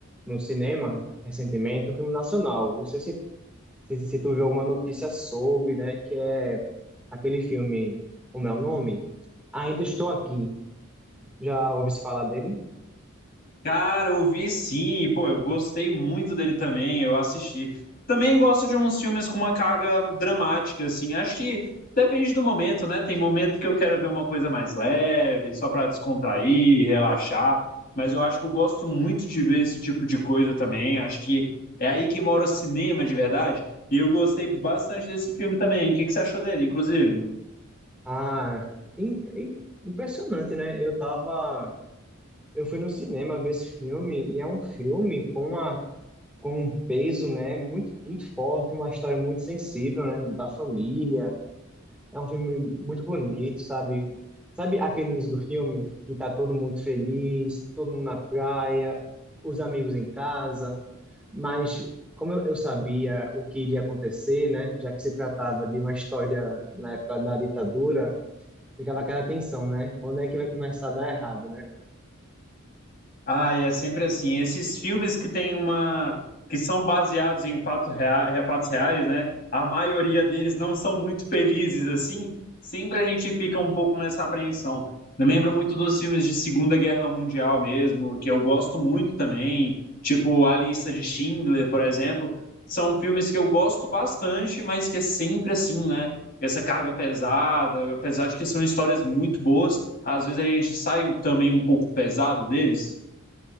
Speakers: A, in the centre; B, on the left.
A: no cinema recentemente, um filme nacional. Não sei se, se, se tu viu alguma notícia sobre, né? Que é aquele filme, como é o nome? Ainda Estou Aqui. Já ouvi se falar dele?
B: Cara, ouvi sim, pô, eu gostei muito dele também, eu assisti. Também gosto de uns filmes com uma carga dramática, assim, acho que depende do momento, né? Tem momentos que eu quero ver uma coisa mais leve, só pra descontrair, relaxar, mas eu acho que eu gosto muito de ver esse tipo de coisa também, acho que é aí que mora o cinema de verdade, e eu gostei bastante desse filme também. O que que você achou dele, inclusive?
A: Ah, im- im- impressionante, né? Eu tava. Eu fui no cinema ver esse filme e é um filme com uma com um peso, né, muito, muito forte, uma história muito sensível, né, da família. É um filme muito bonito, sabe? Sabe aquele início do filme que tá todo mundo feliz, todo mundo na praia, os amigos em casa, mas como eu, eu sabia o que iria acontecer, né, já que se tratava de uma história na época da ditadura, ficava aquela tensão, né? Quando é que vai começar a dar errado, né?
B: Ah, é sempre assim. Esses filmes que tem uma, que são baseados em fatos reais, fatos reais, né? A maioria deles não são muito felizes assim. Sempre a gente fica um pouco nessa apreensão. Eu lembro muito dos filmes de Segunda Guerra Mundial mesmo, que eu gosto muito também, tipo A Lista de Schindler, por exemplo. São filmes que eu gosto bastante, mas que é sempre assim, né? Essa carga pesada, apesar de que são histórias muito boas, às vezes a gente sai também um pouco pesado deles.